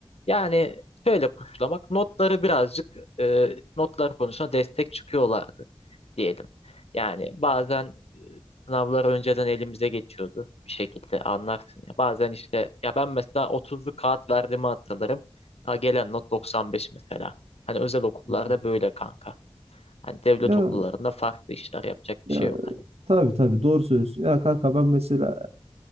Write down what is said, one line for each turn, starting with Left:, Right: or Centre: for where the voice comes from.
Left: yani şöyle puşlamak notları birazcık e, notlar konusunda destek çıkıyorlardı. diyelim. Yani bazen e, sınavlar önceden elimize geçiyordu bir şekilde anlarsın ya. Bazen işte ya ben mesela 30'lu kağıt verdiğimi hatırlarım. Ha, gelen not 95 mesela. Hani özel okullarda
Right: Hmm.
Left: böyle kanka. Hani devlet
Right: Ya
Left: okullarında farklı işler yapacak
Right: ya
Left: bir şey yok hani.
Right: tabii tabii doğru söylüyorsun. Ya kanka ben mesela